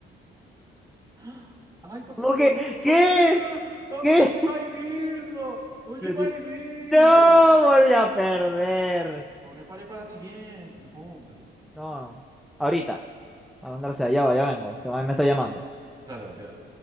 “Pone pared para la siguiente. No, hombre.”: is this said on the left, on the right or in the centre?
Right